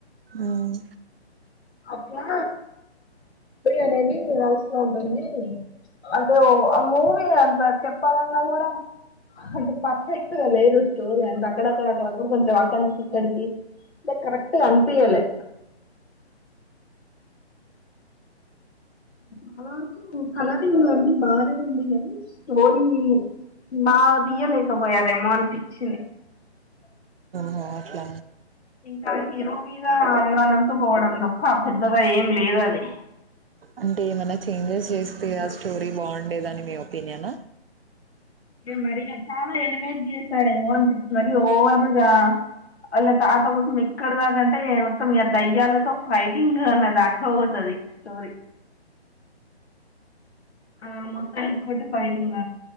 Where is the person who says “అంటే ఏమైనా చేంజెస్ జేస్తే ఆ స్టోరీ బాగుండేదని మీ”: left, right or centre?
Right